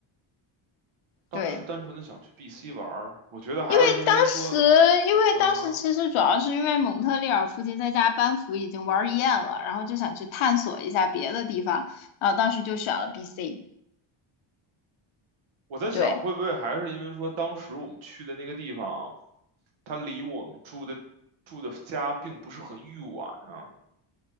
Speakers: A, on the right (about 70°); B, on the left (about 75°).
A: 当时单纯的想去
B: 对，
A: BC 玩儿，我觉得还是因为说，
B: 因为当时，因为当时其实主要是因为蒙特利尔附近在家班服已经玩儿厌了，
A: 嗯哼，
B: 然后就想去探索一下别的地方，然后当时就选了 BC，
A: 我在想会不会还是因为说当时我们去的那个地方，
B: 对，
A: 它离我们住的住的家并不是很远啊，